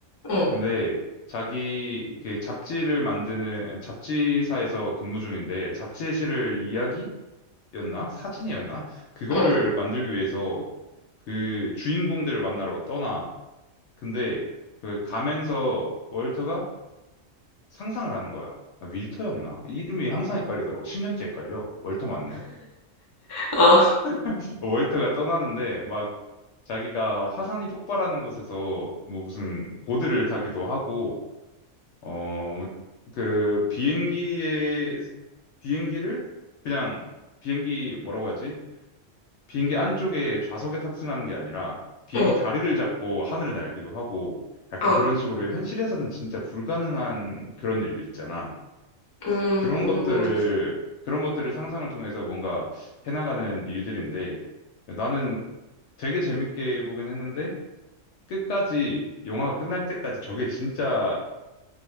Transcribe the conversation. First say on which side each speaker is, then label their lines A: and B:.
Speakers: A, on the left; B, on the left.
A: 응,
B: 근데 자기, 이렇게 잡지를 만드는, 잡지사에서 근무 중인데, 잡지에 실을 이야기였나? 사진이었나? 그거를
A: 응.
B: 만들기 위해서 그 주인공들을 만나러 떠나. 근데 그 가면서 월터가 상상을 하는 거야. 아, 윌터였나? 이름이 항상 헷갈리더라고. 10년째 헷갈려. 월터 맞네.
A: 아,
B: <laughs> 월터가 떠나는데 막 자기가 화산이 폭발하는 곳에서 뭐 무슨 보드를 타기도 하고 어 그 비행기에 비행기를 그냥 비행기 뭐라고 하지? 비행기 안쪽에 좌석에 탑승하는 게 아니라 비행기
A: 응,
B: 다리를 잡고 하늘을 날기도 하고 약간
A: 아,
B: 그런 식으로 현실에서는 진짜 불가능한 그런 일들 있잖아.
A: 음,
B: 그런 것들을 그런 것들을 상상을 통해서 뭔가 해나가는 일들인데 나는 되게 재밌게 보긴 했는데 끝까지 영화가 끝날 때까지 저게 진짜